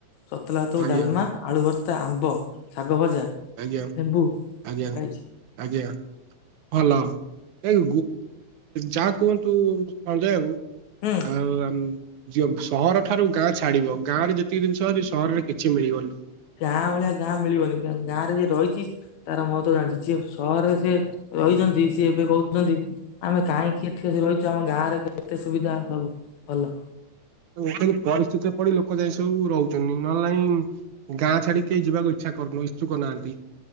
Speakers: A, on the left; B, on the right.
A: ତତଲା ଭାତ କୁ
B: ଆଜ୍ଞା
A: ଡାଲମା। ଆଳୁ ଭର୍ତ୍ତା ଆମ୍ବ ଶାଗ ଭଜା।
B: ଆଜ୍ଞା
A: ଲେମ୍ବୁ
B: ଆଜ୍ଞା
A: ଖାଇଛି
B: ଆଜ୍ଞା। ଭଲ ଏଇ ଯାହା କୁହନ୍ତୁ ସଞ୍ଜୟ ବାବୁ।
A: ହୁଁ।
B: ଆଉ ସହର ଠାରୁ ଗାଁ ଛାଡିବ ଗାଁ ରେ ଯେତିକି ଜିନିଷ ଅଛି ସହରରେ କିଛି ମିଳିବନି।
A: ଗାଁ ଭଳିଆ ଗାଁ ମିଳିବନି ଗାଁରେ ଯିଏ ରହିଚି। ତାର ମହତ୍ଵ ଜାଣିଛି ସିଏ ସହରରେ ସିଏ ରହିଛନ୍ତି ସିଏ ଏବେ କହୁଚନ୍ତି ଆମେ କାହିଁକି ଏଠି ଆସି ରହିଛୁ ଆମ ଗାଁ ରେ କେତେ ସୁବିଧା ସବୁ ଭଲ।
B: ଗୋଟେ ପରିସ୍ଥିତିରେ ପଡି ଲୋକ ଯାଇ ସବୁ ରହୁଛନ୍ତି ନହେଲେଲାଇଁ ଗାଁ ଛାଡି କେହି ଯିବାକୁ ଇଚ୍ଛା କରୁନ୍ ଇଛୁକ ନାହାନ୍ତି।